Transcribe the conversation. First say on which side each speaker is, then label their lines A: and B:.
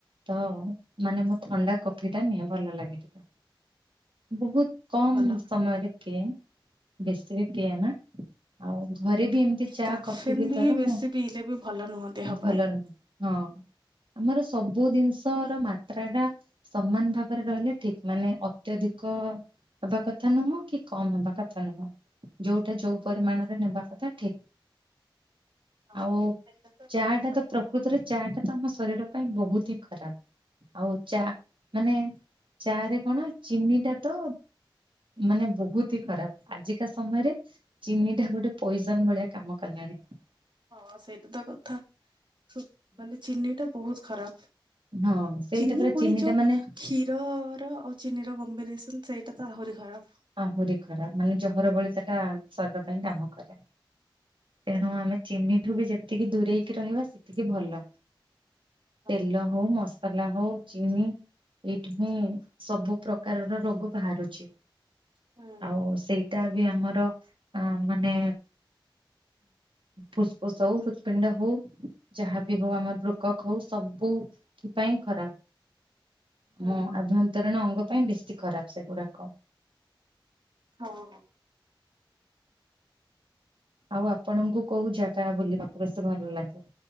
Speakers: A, on the right; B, on the right.
A: ତ ମାନେ ମୁଁ ଥଣ୍ଡା କଫିଟା ନିଏ ଭଲ ଲାଗେ ଟିକେ। ବହୁତ କମ
B: ହଁ ଭଲ
A: ସମୟରେ ପିଏ ବେଶୀ ବି ପିଏନା। ଆଉ ଘରେ ବି ଏମତି ଚା
B: କାଫିନ୍
A: କଫି ଭିତରୁ
B: ବି ବେଶୀ
A: ମୁଁ
B: ପିଇଲେ ବି ଭଲ ନୁହଁ ଦେହ ପାଇଁ।
A: ଭଲ ନୁହଁ ହଁ। ଆମର ସବୁ ଜିନିଷର ମା ତ୍ରାଟା ସମାନ ଭାବରେ ରହିଲେ ଠିକ ମାନେ ଅତ୍ୟଧିକ ହେବା କଥା ନୁହଁ କି କମ୍ ହେବା କଥା ନୁହଁ। ଯୋଉଟା ଯୋଉ ପରିମାଣରେ ନେବା କଥା ଠିକ।
B: ହଁ
A: ଆଉ
B: ସେଇଟା ତ
A: ଚାଆଟା
B: କଥା
A: ତ ପ୍ରକୃତରେ ଚାଆଟା ତ ଆମ ଶରୀର ପାଇଁ ବୋହୁତ ହିଁ ଖରାପ। ଆଉ ଚା ମାନେ ଚାଆରେ କଣ ଚିନିଟା ତ ମାନେ ବୋହୁତ ହି ଖରାପ ଆଜିକା ସମୟରେ ଚିନିଟା ଗୋଟେ ପଓଜନ ଭଳିଆ କାମ କଲାଣି। <unintelligible>
B: ହଁ ସେଇଟା ତ କଥା ହୋ ମାନେ ଚିନିଟା ବୋହୁତ ଖରାପ।
A: ହଁ ସେଇଟା
B: ଚିନି
A: ପରେ
B: ପୁଣି ଯୋଉ
A: ଟା ମାନେ
B: କ୍ଷୀରର ଆଉ ଚିନିର କ କମ୍ବିନେସନ ସେଇଟା ତ ଆହୁରି ଖରାପ।
A: ଆହୁରି ଖରାପ ମାନେ ଜହର ଭଳି ସେଟା ଶରୀର ପାଇଁ କାମ କରେ। ତେଣୁ ଆମେ ଚିନିଠୁ ବି ଯେତିକି ଦୂରେଇକି ରହିବା ସେତିକି ଭଲ।
B: ହଁ।
A: ତେଲ ହୋଉ ମସଲା ହୋଉ ଚିନି ଏଇ ହୁଁ ସବୁ ପ୍ରକାରର ରୋଗ ବାହାରୁଚି
B: ହୁଁ
A: ଆଉ ସେଇଟା ବି ଆମର ଅ ମାନେ ଫୁସଫୁସ ହଉ ହୃତପିଣ୍ଡ ହଉ ଯାହାବି ହଉ ଆମର ବୃକକ ହଉ ସବୁ ବୋଉଥି ପାଇଁ ଖରାପ।
B: ହୁଁ
A: ହଁ ଆଭ୍ୟନ୍ତରୀଣ ଅଙ୍ଗ ପାଇଁ ବେଶୀ ଖରାପ ସେଗୁଡାକ।
B: ହଁ।
A: ଆଉ ଆପଣଙ୍କୁ କୋଉ ଜାଗା ବୁଲିବାକୁ ବେଶେ ଭଲ ଲାଗେ?